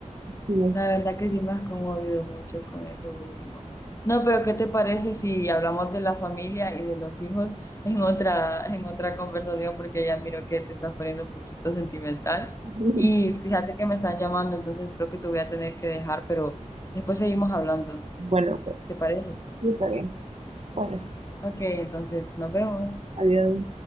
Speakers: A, on the right; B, on the left.
A: Sí.
B: La verdad que sí me has conmovido mucho con eso último. No, pero ¿qué te parece si hablamos de la familia y de los hijos en otra, en otra conversación? Porque ya miro que te estás poniendo un poquito sentimental.
A: <laughs>
B: Y fíjate que me están llamando, entonces creo que te voy a tener que dejar, pero después seguimos hablando.
A: Bueno, pues,
B: ¿Te parece?
A: sí, está bien. Bueno,
B: Ok, entonces nos vemos.
A: adiós.